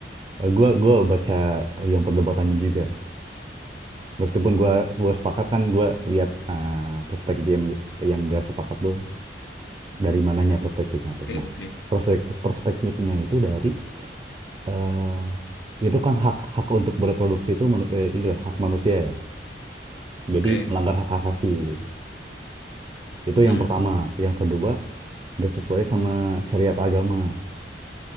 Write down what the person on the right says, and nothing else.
Eh, Gua gua baca yang perdebatannya juga. Meskipun gua gua sepakat kan gua lihat eh, perspektif yang yang gak sepakat tuh dari mananya perspektifnya tuh.
Nah,
perspektif perspektifnya itu dari eh, itu kan hak hak untuk bereproduksi itu manu- eh, ini hak manusia ya. Jadi
melanggar hak asasi gitu. Itu
yang pertama. Yang kedua gak sesuai sama syariat agama.